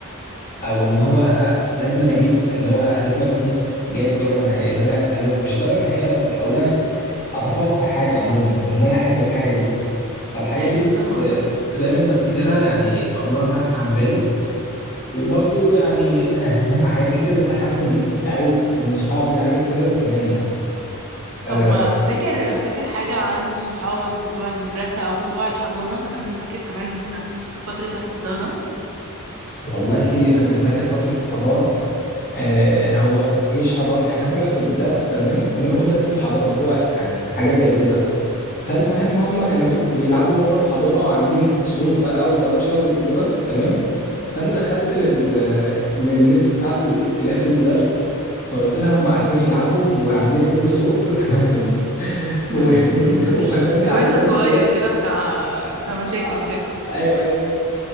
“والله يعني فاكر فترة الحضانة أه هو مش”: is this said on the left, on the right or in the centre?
Left